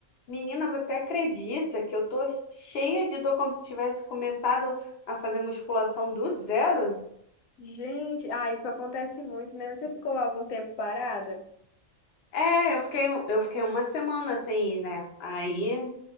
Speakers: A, on the left (about 55°); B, on the left (about 90°).
A: Menina, você acredita que eu tô cheia de dor como se tivesse começado a fazer musculação do zero?
B: Gente, ah, isso acontece muito, né? Mas você ficou algum tempo parada?
A: É, eu fiquei, eu fiquei uma semana sem ir, né? Aí